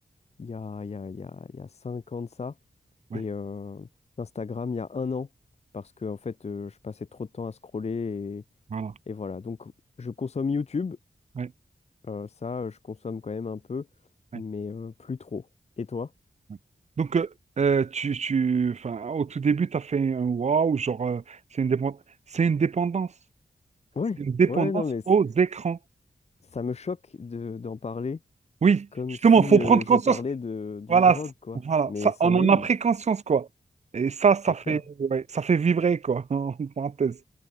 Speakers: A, on the left (about 40°); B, on the right (about 45°).
A: il y a, il y a, il y a, il y a cinq ans de ça
B: ouais,
A: et euh, Instagram il y a un an parce que en fait euh, je passais trop de temps à scroller
B: voilà,
A: et, et voilà. Donc je consomme YouTube,
B: ouais,
A: euh, ça euh, je consomme quand même un peu,
B: ouais,
A: mais euh, plus trop. Et toi?
B: ouais. Donc, euh, euh, tu, tu, enfin, au tout début, tu as fait un waouh, genre, euh, c'est une dépendance, c'est une dépendance,
A: Ouais,
B: c'est une dépendance
A: ouais, non mais c-
B: aux écrans.
A: ça me choque de, d'en parler
B: Oui,
A: comme
B: justement,
A: si
B: faut
A: euh,
B: prendre
A: je
B: conscience.
A: parlais de d'une
B: Voilà,
A: drogue
B: c-
A: quoi.
B: voilà,
A: Mais
B: ça,
A: c'en
B: on en
A: est
B: a
A: une,
B: pris conscience, quoi. Et ça, ça
A: c'est
B: fait,
A: clair.
B: ouais, ça fait vibrer, quoi, <laughs> en parenthèse.